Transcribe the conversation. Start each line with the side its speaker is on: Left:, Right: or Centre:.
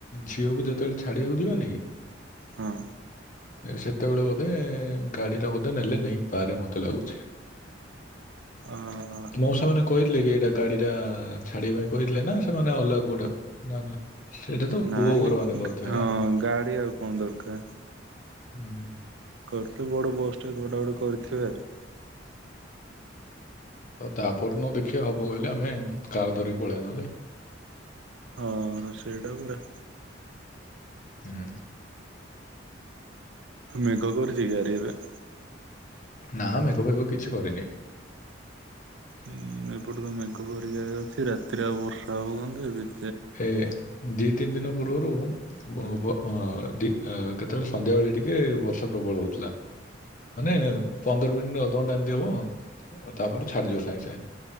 Left: ଝିଅକୁ ଯେତେବେଳେ ଛାଡିବାକୁ ଯିବେନି କି
Right: ହଁ।
Left: ସେତେବେଳେ ବୋଧେ ଗାଡି ଟା ବୋଧେ ନେଲେ ନେଇପାରେ ମତେ ଲାଗୁଛି।
Right: ଅହଁ।
Left: ମଉସା ମାନେ କହିଥିଲେ କି ଏଇଟା ଗାଡି ଟା ଛାଡିବା ପାଇଁ କହିଥିଲେ ନା ସେମାନେ ଅଲଗା କୋଉଟା ନା ନା ସେଇଟା ତ ପୁଅ
Right: ନାଇଁ
Left: ଘର
Right: ନା
Left: ମାନେ କରିଥିବେ
Right: ହଁ
Left: ନା
Right: ଗାଡି ଆଉ କଣ ଦରକାର।
Left: ହୁଁ।
Right: କରିଥିଲୁ ବଡ ବସ୍‌ ଟେ କୋଉଟା ଗୋଟେ କରିଥିବେ ଆରେ
Left: ଓ ତାପର ଦିନ ଦେଖିବା ହବ କହିଲେ ଆମେ କାର ଧରିକି ପଳେଇବା ନହେଲେ।
Right: ହଁ ସେଇଟା ପରା।
Left: ହୁଁ।
Right: ମେଘ କରିଛି ଗାଁ ରେ ଏବେ?
Left: ନା ମେଘ ଫେଘ କିଛି କରିନି।
Right: ଉଁ ଏପଟେ ତ ମେଘ ଭରିକି ଅଛି ରାତିରେ ଆଉ ବର୍ଷା ହଉନ୍ତି ବି
Left: ଏଥେ ଦି ତିନି ଦିନ ପୂର୍ବରୁ ବ ବ ଆଁ ଦି ଇଁ କେତେ କେତେବେଳେ ସନ୍ଧ୍ୟା ବେଳେ ଟିକେ ବର୍ଷା ପ୍ରବଳ ହଉଥିଲା। ମାନେ ପନ୍ଦର ମିନିଟ ଅଧଘଣ୍ଟା ଏମିତି ହବ ତାପରେ ଛାଡିଯିବ ସାଙ୍ଗେ ସାଙ୍ଗେ।